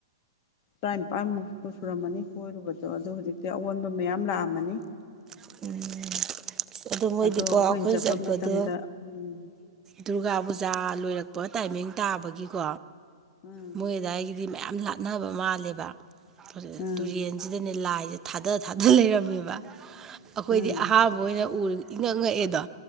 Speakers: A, on the left; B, on the right.
A: ꯇꯔꯥꯅꯤꯄꯥꯟꯃꯨꯛ ꯁꯨꯔꯝꯃꯅꯤ ꯀꯣꯏꯔꯨꯕꯗꯣ ꯑꯗꯨ ꯍꯧꯖꯤꯛꯇꯤ ꯑꯑꯣꯟꯕ ꯃꯌꯥꯝ ꯂꯥꯛꯑꯝꯃꯅꯤ
B: ꯎꯝ ꯑꯗꯨ ꯃꯣꯏꯗꯤꯀꯣ
A: ꯑꯗꯣ ꯑꯩꯈꯣꯏꯅ
B: ꯑꯩꯈꯣꯏ
A: ꯆꯠꯄ
B: ꯆꯠꯄꯗꯣ
A: ꯃꯇꯝꯗ ꯎꯝ
B: ꯗꯨꯔꯒꯥ ꯄꯨꯖꯥ ꯂꯣꯏꯔꯛꯄ ꯄꯣ ꯇꯥꯏꯃꯤꯡ ꯇꯥꯕꯒꯤꯀꯣ
A: ꯎꯝ
B: ꯃꯣꯏꯗꯥꯏꯒꯤꯗꯤ ꯃꯌꯥꯝ ꯂꯥꯠꯅꯕ ꯃꯥꯜꯂꯦꯕ
A: ꯎꯝ
B: ꯇꯨꯔꯦꯟꯁꯤꯗꯅꯦ ꯂꯥꯏꯁꯦ ꯊꯥꯗ ꯊꯥꯗ ꯂꯩꯔꯝꯃꯦꯕ ꯑꯩꯈꯣꯏꯗꯤ
A: ꯎꯝ
B: ꯑꯍꯥꯥꯟꯕ ꯑꯣꯏꯅ ꯎꯔ ꯏꯪꯉꯛ ꯉꯛꯑꯦꯗꯣ